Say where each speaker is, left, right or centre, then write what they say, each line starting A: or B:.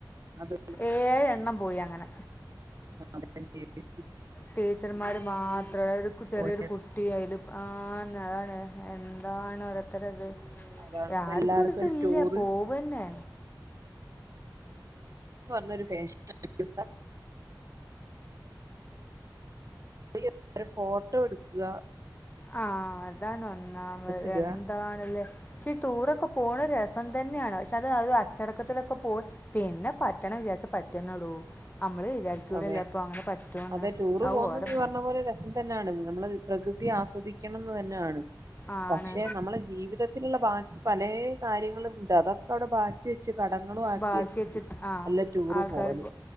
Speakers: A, on the right; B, on the left.
A: അത്
B: ഏഴെണ്ണം പോയി അങ്ങനെ
A: സാധകം ചെയ്ത്
B: ടീച്ചർമാര് മാത്രം അതായത് കു ചെറിയോരു
A: പോയത്
B: കുട്ടി ആയില് ആന്ന് അതാണ് എൻ എന്താണ് ഓരോര്ത്തരത്
A: അതാണ്
B: രാര്ക്കും
A: ഇപ്പ എല്ലാർക്കും
B: ഒര്തില്ല
A: ഒരു ടൂറ്
B: പോവന്നെ
A: പ്പ അതൊരു ഫെഷനാരിക്കും <unintelligible> ഫോട്ടോ എടുക്കാ
B: ആ അതാണ് ഒന്നാമത്
A: ഇടുക
B: എന്താണ്ലേ ഷേ ടൂറ് ഒക്കെ പോണത് രസം തന്നെയാണ് അത് അത് അച്ചടക്ക ത്തിലൊക്കെ പോയ്‌ പിന്നെ പറ്റണംന്ന് വിചാരിച്ചാ പറ്റന്നെടൂ അമ്മള് വിചാരിക്കൂലല്ലോ
A: അതെ
B: പ്പൊ അങ്ങനെ പറ്റോന്ന്
A: അതെ ടൂറ്
B: അത്
A: പോകുന്നത്
B: ഓരെ
A: നീ പറഞ്ഞ പോലെ രസം തന്നെയാണ് നമ്മള് പ്രകൃതി ആസ്വദി ക്കണംന്ന്തന്നെ ആണ്
B: ആണ്
A: പക്ഷേ നമ്മളെ ജീവിത ത്തിലുള്ള ബാക്കി പലേ കാര്യങ്ങളുംണ്ട് അതൊക്കെ അവിടെ ബാക്കി വെ ച്ച് കടങ്ങളും ആക്കിവച്ചിട്ട്
B: ബാക്കി വെച്ചിട്ട് ആ
A: അല്ല ടൂറ്
B: ആൾക്കാർ
A: പോവല്